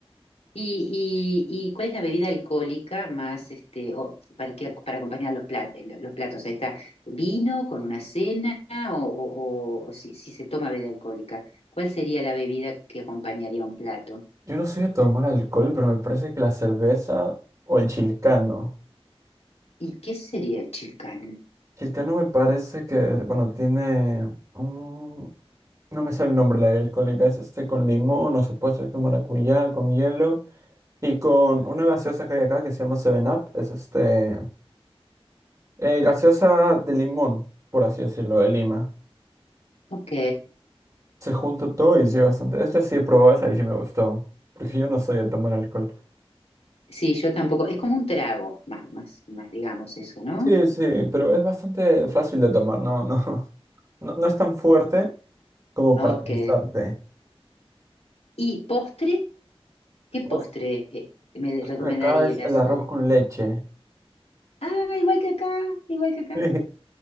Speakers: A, on the left (about 80°); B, on the right (about 30°).
A: ¿Y, y, y cuál es la bebida alcohólica más, este, o para, que- para acompañar los platos, los platos? Ahí está, vino con una cena o, o- o- o si, si se toma bebida alcohólica, ¿cuál sería la bebida que acompañaría un plato?
B: Yo no soy de tomar alcohol, pero me parece que la cerveza o el chilcano.
A: ¿Y qué sería el chilcán?
B: Chilcano me parece que, bueno, tiene un... No me sale el nombre, la alcohólica. Es este con limón, o se puede hacer con maracuyá, con hielo. Y con una gaseosa que hay acá que se llama Seven Up. Es este... eh, gaseosa de limón, por así decirlo, de Lima.
A: Ok,
B: Se junta todo y sí, bastante. Esta sí he probado esa y sí me gustó. Porque yo no soy de tomar alcohol.
A: sí, yo tampoco, es como un trago, más, más, más, digamos eso, ¿no?
B: Sí, sí, pero es bastante fácil de tomar, no, <laughs> no, no, no es tan fuerte como
A: Ok,
B: para cansarte.
A: ¿y postre? ¿Qué
B: Postre
A: postre eh, me recomendarías
B: acá es el arroz
A: si tú?
B: con leche.
A: Ah, igual que acá, igual que
B: <laughs>
A: acá,
B: Sí,